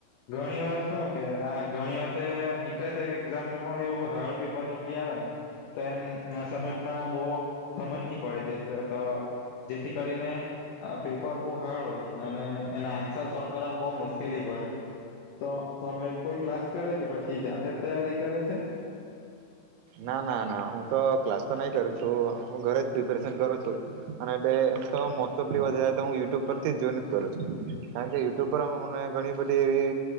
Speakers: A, on the left (about 70°); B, on the right (about 85°).
A: ઘણી વાર શું કે ઘણી વાર તે ઈન્ટરેસ એક્ઝામમાં પણ એવું હાર્ડ પેપર નીકળી આવેને તો એમ અહ સમજમાં બો સમજ નહી પડે જે ગટ જેથી કરીને આ પેપર બઉ હાર્ડ હોય અને એના આન્સર સોલ્વ કરવાવામાં બવ મુશ્કેલી પડે. તો તમે કોઈ ક્લાસ કરે કે પછી એ જાતે જ તૈયારી કરે છે?
B: ના ના ના હું તો ક્લાસ તો નહીં કરું છું હું, ઘરે જ પ્રિપેરેશન કરું છું. અને એટલે એમ તો મોસ્ટ ઓફલી તો વધારે તો હું યુટ્યુબ પરથી જોઈને જ કરું છું. કારણ કે યુટ્યુબ પર મને ઘણી બધી એવી